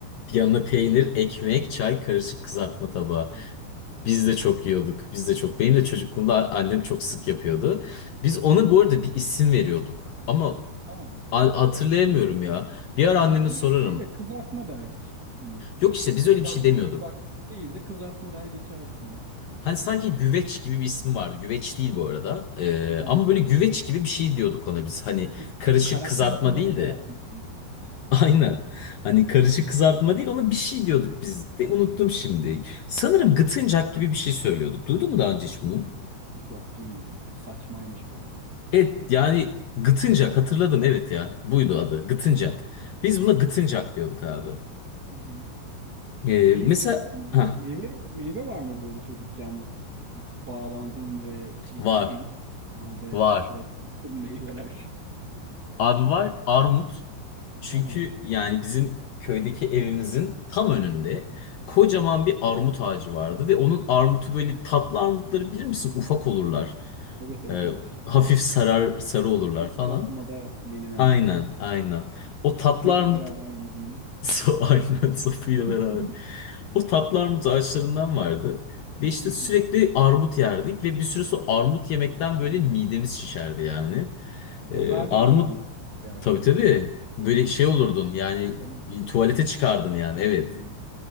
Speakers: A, on the left (about 65°); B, on the right (about 25°).
A: Yanına peynir, ekmek, çay, karışık kızartma tabağı.
B: Taze böyle
A: Biz
B: üf.
A: de çok yiyorduk. Biz de çok. Benim de çocukluğumda a- annem çok sık yapıyordu. Biz ona bu arada bir isim veriyorduk. Ama
B: Tamam.
A: a- hatırlayamıyorum ya. Bir ara anneme
B: Biz genelde
A: sorarım.
B: şey de kızartma derdik. Hani
A: Yok işte biz
B: şu kızartma
A: öyle bir şey demiyorduk.
B: bu kızartması değil de kızartma der geçerdik onu.
A: Hani sanki güveç gibi bir ismi vardı. Güveç değil bu arada. Ee,
B: Hı hı.
A: ama böyle güveç gibi bir şey diyorduk ona biz. Hani
B: Siz
A: karışık
B: karakter
A: kızartma
B: ataması
A: değildi.
B: da yapmışsınız.
A: <laughs> Aynen. Hani karışık kızartma değil ona bir şey diyorduk biz de unuttum şimdi. Sanırım gıtıncak gibi bir şey söylüyorduk. Duydun mu daha
B: Ya.
A: önce hiç bunu?
B: Yok duymadım. Saçmaymış bayağı.
A: Evet yani gıtıncak hatırladım evet ya. Buydu adı gıtıncak.
B: Evet.
A: Biz buna gıtıncak
B: İlginç.
A: diyorduk abi.
B: Hı hı.
A: Ee,
B: Şeyi
A: mesela
B: severdim de
A: ha
B: meyve meyve var mı böyle çocukken bağlandığım ve yetişkin
A: var
B: halde
A: var.
B: bıraktığım <laughs> meyveler?
A: Abi var armut. Çünkü
B: Hı hı.
A: yani bizim köydeki evimizin tam önünde kocaman bir armut ağacı vardı ve onun armutu böyle tatlı armutları bilir misin? Ufak olurlar.
B: Evet evet
A: Ee,
B: evet.
A: hafif sarar sarı olurlar
B: Tek
A: falan.
B: lokmada yenilen.
A: Aynen, aynen. O
B: Sapıyla
A: tatlı armut
B: beraber yediğin.
A: <laughs> so aynen sapıyla beraber.
B: <laughs>
A: O tatlı armut ağaçlarından vardı. Ve işte
B: Hı hı.
A: sürekli armut yerdik ve bir süre sonra armut yemekten böyle midemiz şişerdi yani.
B: Bozardı
A: Ee, armut
B: bir de armut yersen.
A: Tabii tabii. Böyle şey olurdun yani
B: İshal olurdun.
A: e, tuvalete çıkardın yani evet.
B: Aynen.